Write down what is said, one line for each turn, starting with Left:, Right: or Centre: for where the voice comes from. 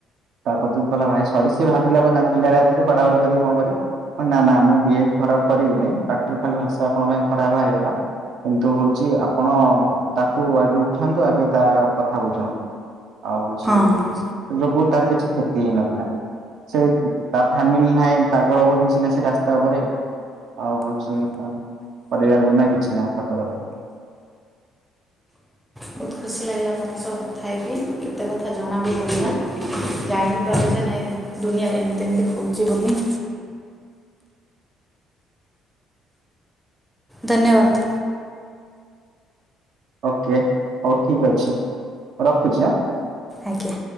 Right: ତା କତିକି କହିଲା ଭାଇ ସରି ସେ ଭାବିଲା ବୋଧେ ଆମେ ପିଲାରା ଆସୁ ବାଡାବାଡି କରିବୁ କଣ କରିବୁ ନା ନା ମୁଁ ବିହେବ୍ ଖରାପ କରିବିିନେଇ ବାଟିରୁ ଖାଲି ଭାଷା ଆପଣ ପାଇଁ ଖରାପ ହାରିଗଲା କିନ୍ତୁ ହୋଉଚି ଆପଣ ତାକୁ ଆଗେ ଉଠାନ୍ତୁ ଆଗେ ତା କଥା ବୁଝନ୍ତୁ। ଆଉ ହୋଉଚି
Centre: ହଁ
Right: ସେ ଯୋଗୁ ତାର କିଛି କ୍ଷତି ହେଇନଥିଲା ସେ ତା ଫାମିଲି ନାହିଁ ପାଗଳ ବୋଲି ସିନା ସେ ରାସ୍ତା ଉପରେ ଆଉ ହୋଉଚି ପରିବାର ବିନା କିଛି ନାହିଁ ସତକଥା।
Centre: ବହୁତ ଖୁସି ଲାଗିଲା ତମ ସହ କଥା ହେଇକି କେତେ କଥା ଜଣା ବି ପଡ଼ିଲା ଯାଇ ବିି ପାରୁଚେ ନେଇ ଦୁନିଆରେ ଏମିତି ଏମିତି ହଉଛି ବୋଲି ଧନ୍ୟବାଦ।
Right: ଓକେ, ହଉ ଠିକ୍ ଅଛି। ରଖୁଛି ଆ?
Centre: ଆଜ୍ଞା।